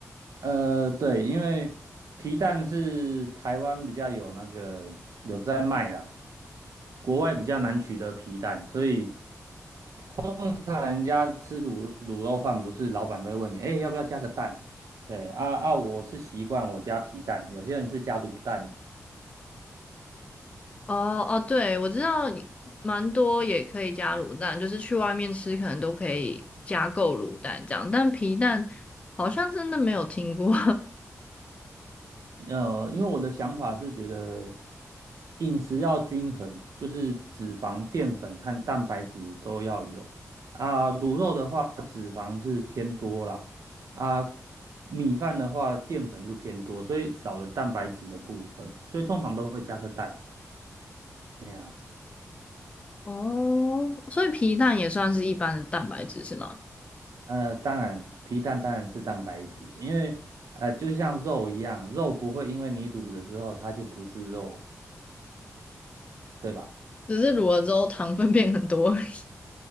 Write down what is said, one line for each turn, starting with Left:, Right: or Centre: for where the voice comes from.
Right: 呃，对，因为皮蛋是台湾比较有那个有在卖啦，国外比较难取得皮蛋，所以通常人家吃卤卤肉饭，不是老板都会问你，哎、要不要加个蛋？对啊啊，我是习惯我加皮蛋，有些人是加卤蛋啊。
Left: 哦哦，对，我知道也蛮多也可以加卤蛋，就是去外面吃可能都可以加购卤蛋这样，但皮蛋好像真的没有听过
Right: 呃，因为我的想法是觉得饮食要均衡，就是脂肪、淀粉和蛋白质都要有啊。卤肉的话，脂肪是偏多啦，啊，米饭的话，淀粉又偏多，所以少了蛋白质的部分，所以通常都会加个蛋。哎呀。
Left: <laughs> 哦，所以皮蛋也算是一般的蛋白质是吗？
Right: 呃，当然，皮蛋当然是蛋白质，因为呃，就像肉一样，肉不会因为你卤了之后它就不是肉，对吧？
Left: 只是卤了之后糖分变很多而已。<laughs>